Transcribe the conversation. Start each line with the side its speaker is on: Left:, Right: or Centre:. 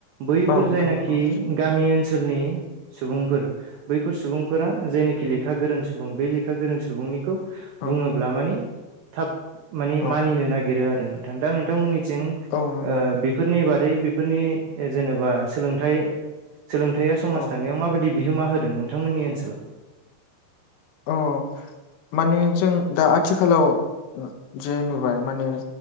Right: बैफोर
Left: औ नोंथां
Right: जायनाखि
Left: नंगौ
Right: गामि ओनसोलनि सुबुंफोर बैफोर सुबुंफोरा जायनोखि लेखा गोरों सुबुं। सुबुं बे लेखा गोरों सुबुंनिखौ
Left: औ
Right: बुङोब्ला माने थाब माने
Left: औ
Right: मानिनो नागिरो आरो नोंथां दा नोंथांमोननिथिं ओ बे-
Left: औ नंगौ नोंथां
Right: बेफोरनि बारै बेफोरनि जेनेबा सोलोंथ सोलोंथाइया समाज
Left: औ
Right: दानायाव माबादि बिहोमा होदों नोंथांमोननि ओनसोलाव।
Left: अ' माने जों दा आथिखालाव जे नुबाय माने